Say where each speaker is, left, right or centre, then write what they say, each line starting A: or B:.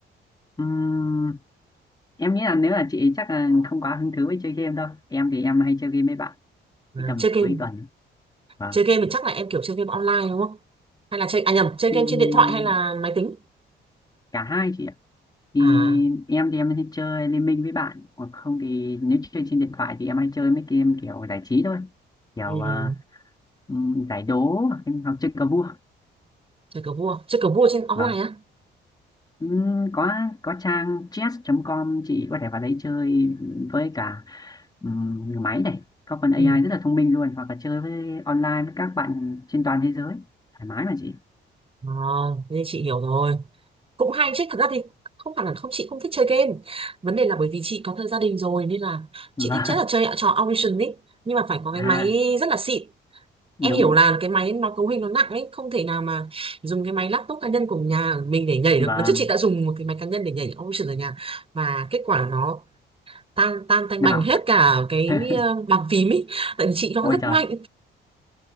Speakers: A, on the left (about 20°); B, on the right (about 30°).
A: Ừm, em nghĩ là nếu là chị chắc là không quá hứng thú với chơi game đâu. Em thì em hay chơi game với bạn,
B: à,
A: cái tầm
B: chơi game
A: cuối tuần. Vâng.
B: Chơi game thì chắc là em kiểu chơi game online đúng không? Hay là chơi à nhầm, chơi
A: Ừm,
B: game trên điện thoại hay là máy tính?
A: cả hai chị ạ. thì
B: À,
A: em thì em hay chơi liên minh với bạn hoặc không thì nếu chơi trên điện thoại thì em hay chơi mấy game kiểu giải trí thôi kiểu
B: ừ,
A: à, ừm, giải đố hoặc em- hoặc chơi cờ vua
B: chơi cờ vua, chơi cờ vua trên online
A: vâng
B: á?
A: Ừm, có có trang chess.com chị có thể vào đấy chơi với cả ừm, máy này có phần AI
B: Ừ.
A: rất là thông minh luôn hoặc là chơi với online với các bạn trên toàn thế giới thoải mái mà chị
B: À, thế thì chị hiểu rồi. Cũng hay chứ, thật ra thì không phải là không chị không thích chơi game. Vấn đề là bởi vì chị có thời gia đình rồi nên là chị
A: vâng
B: thích chắc là chơi
A: <laughs>
B: trò Audition ấy, nhưng mà phải có cái
A: à
B: máy rất là xịn.
A: đúng
B: Em hiểu là cái máy nó cấu hình nó nặng ấy, không thể nào mà dùng cái máy laptop cá nhân của nhà mình để nhảy
A: vâng
B: được. Lần trước chị đã dùng một cái máy cá nhân để nhảy Audition ở nhà và kết quả nó tan tan tanh
A: nào
B: bành hết cả cái
A: <laughs>
B: ờ, bàn phím ý tại vì chị nó
A: ôi
B: rất
A: trời
B: mạnh